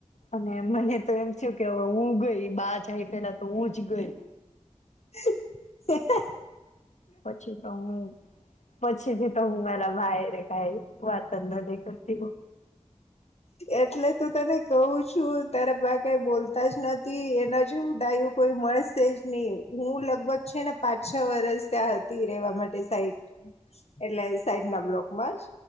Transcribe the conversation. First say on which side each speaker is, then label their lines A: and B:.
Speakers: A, on the left; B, on the left.
A: અને મને તો એમ થયું કે હવે હું ગઈ બા જઈ પેલા તો હું જ ગઈ.
B: <inaudible>
A: પછી તો હું પછીથી તો હું મારા બધા હારે કઈ વાત જ નથી કરતી બવ.
B: એટલે તો તને કવ છું તારા બા કઈ બોલતા જ નથી. એના જેવું ડાયુ કોઈ મળશે જ નય. હું લગભગ છે ને પાંચ છ વરસ ત્યાં હતી રેવા માટે સાઈટ એટલે સાઈટ ના બ્લોક માં જ